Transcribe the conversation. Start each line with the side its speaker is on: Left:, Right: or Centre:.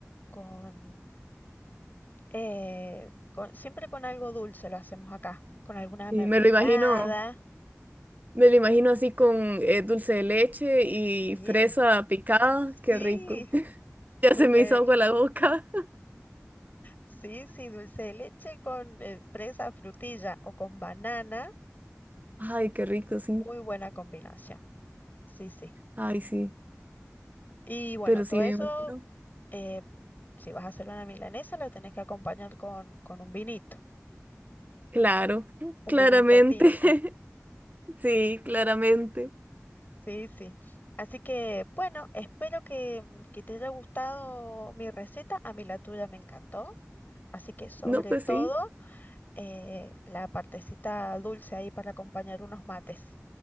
Left: con eh, con- siempre con algo dulce lo hacemos acá, con alguna
Right: Y
Left: mermelada.
Right: me lo imagino. Me lo imagino así con eh, dulce de leche y
Left: Sí,
Right: fresa picada.
Left: sí,
Right: Qué rico. <laughs> Ya
Left: dulce
Right: se me hizo
Left: de,
Right: agua la boca.
Left: sí, sí, dulce de leche con eh, fresa, frutilla o con banana.
Right: <laughs> Ay, qué rico, sí.
Left: Muy buena combinación. Sí, sí.
Right: Ay, sí.
Left: Y bueno,
Right: Pero
Left: todo
Right: sí,
Left: eso,
Right: me imagino.
Left: eh, si vas a hacer una milanesa, la tenés que acompañar con, con un vinito,
Right: Claro,
Left: un
Right: claramente.
Left: vinito tinto.
Right: <laughs> Sí, claramente.
Left: Sí, sí. Así que bueno, espero que, que te haya gustado mi receta. A mí la tuya me encantó. Así que sobre
Right: No, pues
Left: todo
Right: sí.
Left: eh, la partecita dulce ahí para acompañar unos mates.